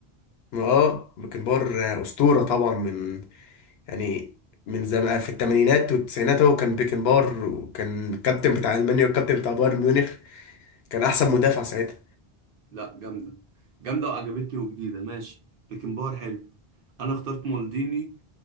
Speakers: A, on the left (about 75°); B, on the right (about 60°).
A: اه بيكن باور آه، اسطورة طبعا من يعني من زمان في الثمانينات والتسعينات هو كان بيكنبار وكان الكابتن بتاع المانيا والكابتن بتاع بايرن ميونخ كان احسن مدافع ساعتها
B: لا جامدة جامدة وعجبتني وجديدة ماشي بيكن باور حلو انا اخترت مالديني